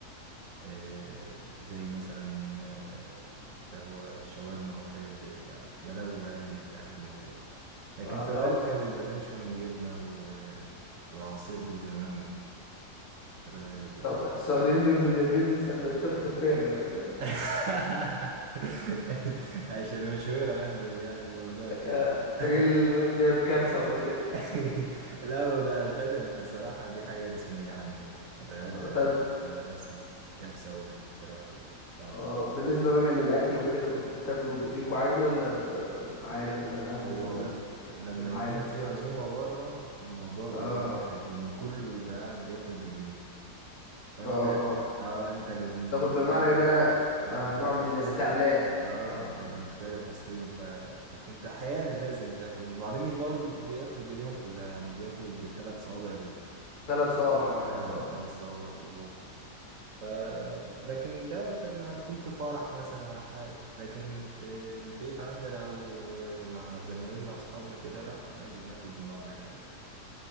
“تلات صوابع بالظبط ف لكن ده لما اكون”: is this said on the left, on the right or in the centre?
Right